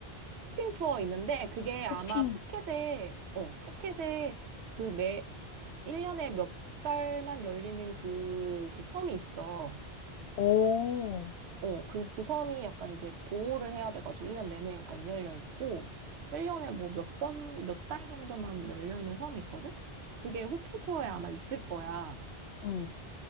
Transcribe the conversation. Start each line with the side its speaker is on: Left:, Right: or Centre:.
Right: 호핑 투어 있는데, 그게 아마
Left: 호핑.
Right: 푸켓에, 어, 푸켓에 그 매, 1년에 몇 달만 열리는 그, 그 섬이 있어.
Left: 오.
Right: 어, 그, 그 섬이 약간 이제 보호를 해야 돼가지고 1년 내내 안 열려 있고, 1년에 뭐 몇 번, 몇 달 정도만 열려 있는 섬이 있거든? 그게 호핑 투어에 아마 있을 거야.
Left: 응